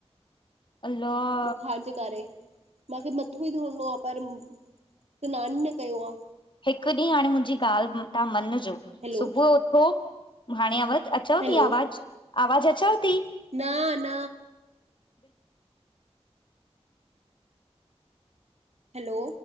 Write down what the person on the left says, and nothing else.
अल्लाह
हिकु ॾींहुं हाणे मुंहिंजी ॻाल्हि तां मञजो
सुबुह उथो हाणे अव अचव
थी आवाज़ु, आवाज़ु अचव ती?